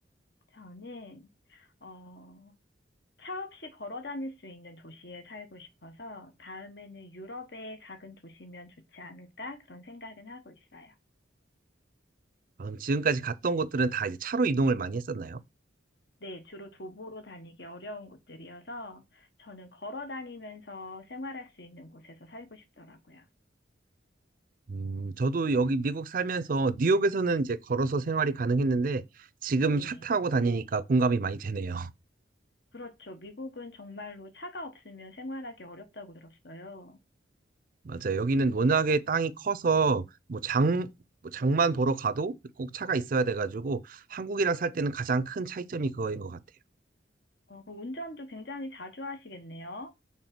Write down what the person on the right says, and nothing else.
아, 그럼 지금까지 갔던 곳들은 다 이제 차로 이동을 많이 했었나요?
음, 저도 여기 미국 살면서 뉴욕에서는 이제 걸어서 생활이 가능했는데 지금
차 타고 다니니까 공감이 많이 되네요.
맞아요. 여기는 워낙에 땅이 커서 뭐 장,
뭐 장만 보러 가도 꼭 차가 있어야 돼가지고 한국이랑 살 때는 가장 큰 차이점이 그거인 것 같아요.